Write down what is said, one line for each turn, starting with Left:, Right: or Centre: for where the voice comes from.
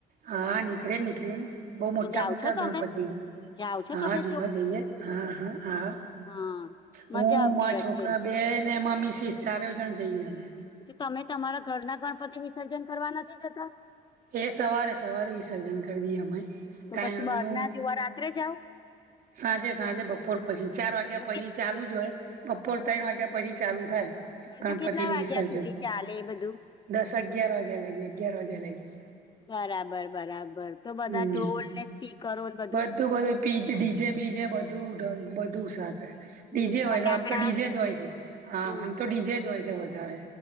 Right: હા નીકળે ને નીકળે ને બહુ મોટા
Left: તો જાઓ
Right: મોટા
Left: છો તમે
Right: ગણપતિઓ
Left: જાઓ છો
Right: હા
Left: તમે
Right: જોવા જઈએ હા હા હા
Left: હા
Right: હું
Left: મજા આવતી
Right: મા
Left: હશે
Right: છોકરા બે ને એમાં મિસીસ ચારે જણ જઈએ અમે.
Left: તો તમે તમારા ઘરના ગણપતિ વિસર્જન કરવા નથી જતા?
Right: એ સવારે સવારે વિસર્જન કર દઈએ અમે
Left: તો
Right: ટાઈમનું
Left: પછી બહાર ના જોવા રાત્રે જાઓ?
Right: સાંજે સાંજે બપોર પછી ચાર વાગ્યા
Left: તો કે
Right: પહી ચાલુ જ હોય. બપોર ત્રઈણ વાગ્યા પછી ચાલુ થાય.
Left: હા
Right: ગણપતિનું
Left: તો કેટલા વાગ્યા
Right: વિસર્જન
Left: સુધી ચાલે એ બધું?
Right: દસ અગિયાર વાગ્યા લાગી અગિયાર વાગ્યા લાગી
Left: બરાબર બરાબર તો બધા
Right: હમ
Left: ઢોલ ને સ્પીકરો ને બધુ
Right: બધું બધુ પી ડીજે બીજે બધું બધું સાથે ડીજે
Left: હમ ફટાકડા
Right: હોય તો આમ તો ડીજે જ હોય છે હા
Left: હમ
Right: આમ તો ડીજે જ હોય છે વધારે